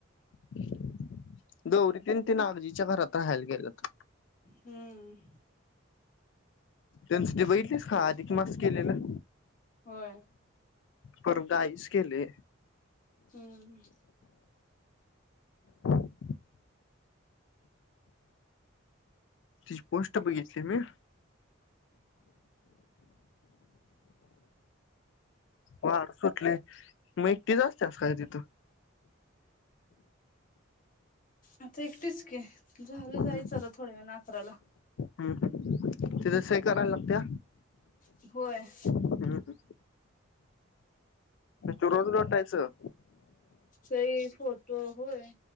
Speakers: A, on the left (about 60°); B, on the left (about 40°).
A: <inaudible> द गौरी तन ते नागजीच्या घरात राहायला गेल्यात
B: हम्म
A: त्यांचे ते बघितलीस काय अधिक मास केलेलं?
B: होय
A: परत गाइस केलय.
B: हम्म हम्म
A: <inaudible> तिची पोस्ट बघितली मी <inaudible> वारं सुटलय मग एकटीच असतेस काय तिथं?
B: आता एकटेच की झालं
A: हम्म
B: जायचंय थोड्यावेळाने आता अकराला
A: हम्म तिथं सही करायला लागत्या
B: <inaudible> होय <inaudible>
A: हम्म हम्म ते रोज लोटायचं
B: तेही फोर ह होय